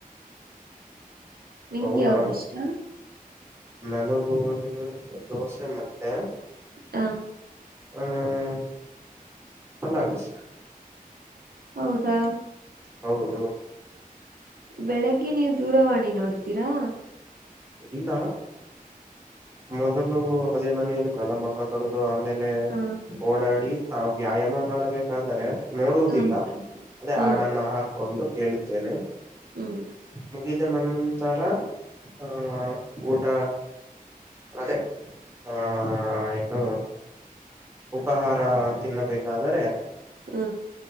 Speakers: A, on the right (about 80°); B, on the right (about 15°).
A: ನಿಮ್ಗೆ
B: ಹೌದಾ
A: ಯಾವ್ದಿಷ್ಟ
B: ನನಗೂ ದೋಸೆ ಮತ್ತೆ
A: ಹ
B: ಹ ಅಲ್ಲಷ್ಟ
A: ಹೌದಾ
B: ಹೌದು
A: ಬೆಳಗ್ಗೆ ನೀವು ದೂರವಾಣಿ ನೋಡ್ತೀರಾ
B: ಇಲ್ಲ ಮೊದಲು ಅದೇನಾನ ಹೇಳ ಗಲಮಖ ತೊಳೋದು ಆಮೇಲೆ
A: ಹ
B: ಓಡಾಡಿ ಆ ವ್ಯಾಯಾಮ ಮಾಡಬೇಕಾದ್ರೆ ನೋಡುವುದಿಲ್ಲ
A: ಹ
B: ಅದೇ
A: ಹ
B: ಹಾಡನ್ನ ಹಾಕೊಂಡು ಕೇಳುತ್ತೇನೆ
A: ಹ್ಮ್
B: ಮುಗಿದ ನಂತರ ಹ ಊಟ ಅದೇ ಹ ಆ ಏನು ಉಪಹಾರ ತಿನ್ನಬೇಕಾದರೆ
A: ಹ್ಮ